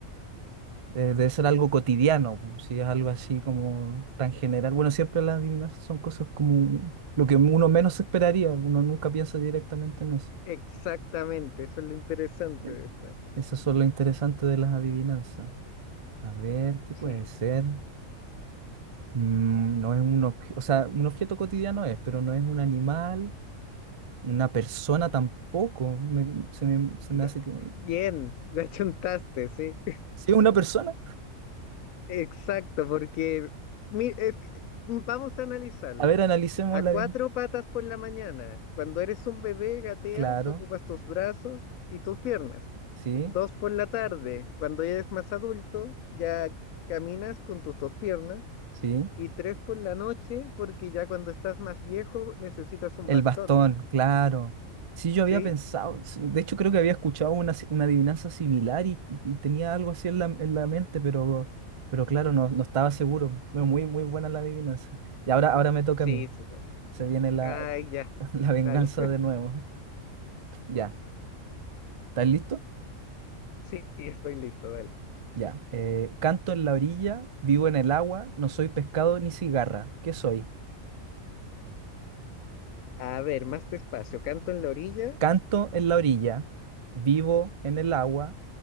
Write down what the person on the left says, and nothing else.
Exactamente, eso es lo interesante
de esta.
Sí,
ga-
bien, la chuntaste, sí.
Exacto, porque mi- es que- mm, vamos a analizarla.
A cuatro
patas por la mañana, cuando eres un bebé, gateas,
ocupas tus brazos y tus piernas.
Dos por la tarde, cuando ya eres más adulto, ya c- caminas con tus dos piernas.
Y tres por la noche, porque ya cuando estás más viejo necesitas un
bastón,
¿sí?
Sí,
sí, bueno.
Ay, ya,
dale. <laughs>
Sí, estoy listo, dale.
A ver, más despacio. Canto en la orilla.